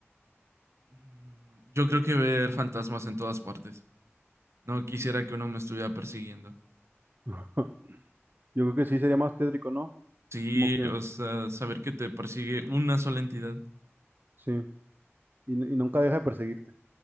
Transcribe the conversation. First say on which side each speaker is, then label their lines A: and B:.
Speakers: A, on the right (about 70°); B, on the right (about 45°).
A: Mm, Yo creo que ver fantasmas en todas partes. No quisiera que uno me estuviera persiguiendo.
B: <laughs> Yo creo que sí sería más tétrico, ¿no?
A: Sí,
B: Como que,
A: o sea, saber que te persigue una sola entidad.
B: sí. Y, n- y nunca deja de perseguirte.